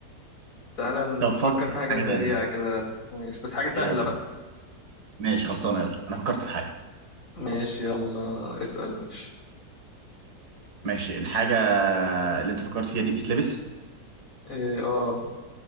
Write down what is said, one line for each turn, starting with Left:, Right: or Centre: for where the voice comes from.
Left: تعالى
Right: طب فكر
Left: نفكر في حاجة
Right: في حاجه
Left: سريعة
Right: تانية
Left: كده ماشي بس حاجة سهلة
Right: إيه يلا
Left: بقى
Right: ماشي خلصانه يلا انا فكرت في حاجه
Left: ماشي يلا اسأل ماشي
Right: ماشي الحاجه اللي انت فكرت فيها دي بتتلبس
Left: ايه اه